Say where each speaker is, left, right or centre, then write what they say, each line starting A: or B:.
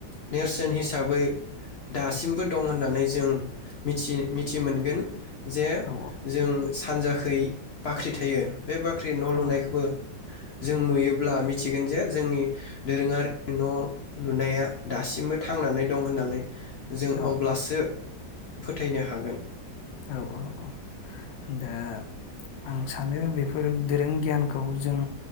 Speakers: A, on the left; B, on the left.
A: नेर सोन हिसाबै दासिमबो दं होननानै जों मिथि मिथि मोनगोन जे
B: औ
A: जों सानजाखै बाख्रि थायो। बे बाख्रि न'
B: औ
A: लुनायखौबो
B: औ
A: जों नुयोब्ला मिथिगोन जे जोंनि दोरोङारि न' लुनाया दासिमबो थांनानै दं होननानै जों
B: औ
A: अब्लासो फोथायनो हागोन।
B: औ-औ-औ दा आं सानो बेफोर दोरों गियानखौ जों